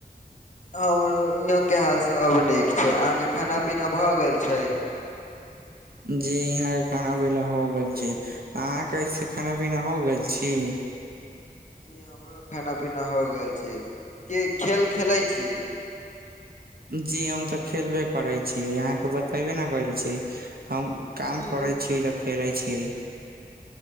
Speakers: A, on the left; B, on the right.
A: हमरो इहों के हाल सब नीक छै अहाँके खाना पीना भऽ गेल छै
B: जी यहाँ के खाना पीना हो गेल छै अहाँके ऐसे खाना पीना हो गेल छी?
A: जी हमरो खाना पीना हो गेल छै, की खेल खेलै छी?
B: जी हम तऽ खेलबे करै छी अहाँके बतैबे ना करले छी हम
A: जी
B: काम करै छि तऽ खेलै छियै